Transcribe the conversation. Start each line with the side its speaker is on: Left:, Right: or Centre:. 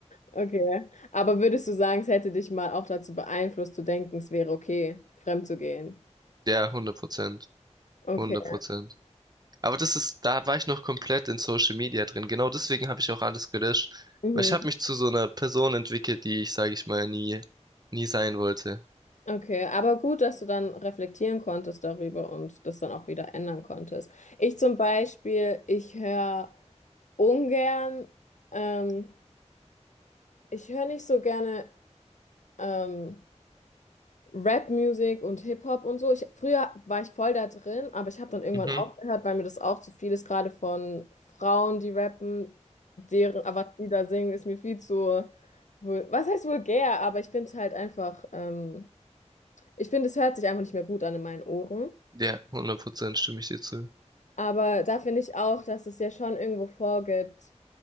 Left: Okay. Aber würdest du sagen, es hätte dich mal auch dazu beeinflusst, zu denken, es wäre okay, fremd zu gehen?
Right: Ja, hundert Prozent.
Left: Okay.
Right: hundert Prozent. Aber das ist, da war ich noch komplett in Social Media drin. Genau deswegen habe ich auch alles gelöscht.
Left: Mhm.
Right: Weil ich habe mich zu so einer Person entwickelt, die ich, sage ich mal, nie, nie sein wollte.
Left: Okay. Aber gut, dass du dann reflektieren konntest darüber und das dann auch wieder ändern konntest. Ich zum Beispiel, ich höre ungern, ähm, ich höre nicht so gerne. ähm, Rap-Musik und Hip-Hop und so. Ich, früher war ich voll da drin, aber ich habe dann irgendwann
Right: Mhm.
Left: aufgehört, weil mir das auch zu viel ist, gerade von Frauen, die rappen, deren, aber was die da singen, ist mir viel zu, vul- was heißt vulgär, aber ich finde es halt einfach, ähm, ich finde, es hört sich einfach nicht mehr gut an in meinen Ohren.
Right: Ja, 100% stimme ich dir zu.
Left: Aber da finde ich auch, dass es ja schon irgendwo vorgibt,